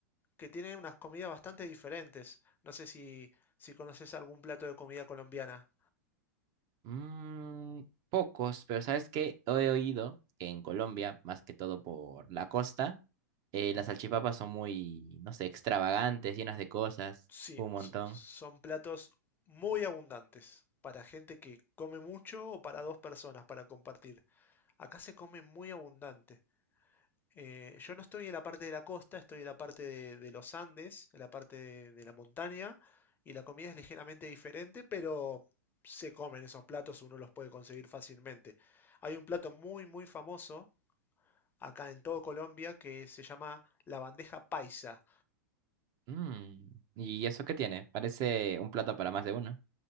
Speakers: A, on the left; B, on the right.
A: que tiene unas comidas bastante diferentes. No sé si, si conoces algún plato de comida colombiana.
B: Mm, pocos, pero ¿sabes qué? He oído que en Colombia, más que todo por la costa, eh, las salchipapas son muy, no sé, extravagantes, llenas de cosas,
A: Sí,
B: un montón.
A: so- son platos muy abundantes para gente que come mucho o para dos personas para compartir. Acá se come muy abundante. Eh, yo no estoy en la parte de la costa, estoy en la parte de, de los Andes, en la parte de, de la montaña, y la comida es ligeramente diferente, pero se comen esos platos, uno los puede conseguir fácilmente. Hay un plato muy, muy famoso acá en todo Colombia que se llama la bandeja paisa.
B: Mm, ¿y eso qué tiene? Parece un plato para más de uno.